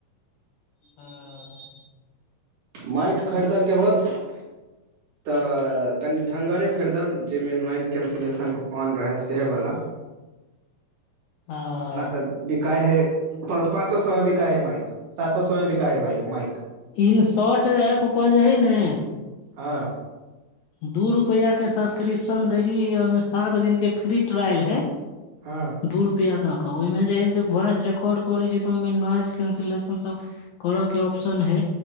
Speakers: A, on the left (about 75°); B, on the right (about 60°).
A: हाँ <unintelligible>
B: माइक खरीदय केँ होत। <inaudible> तऽ कनि ढंगरे खरीदब जाहिमे नॉइज कैन्सिलेशन ऑन रहै सेहे बला।
A: <unintelligible>
B: नै तऽ बिकाई है प पाँचव सौ म बिकाई है मइक सातो सौ म बिकाई बइ मइक।
A: इनशॉट ऐप पर जे है ने
B: हँ।
A: दू रुपैआ कऽ सब्सक्रिप्शन देलीय ओइमें सात दिन फ्री ट्रायल है
B: हऽ
A: दू रुपैआ दऽ कऽ ओइमें जे है से वॉइस रिकॉर्ड करै छी तऽ ओइमें नॉइज कैंसिलेशन सभ। करय कऽ ऑप्शन है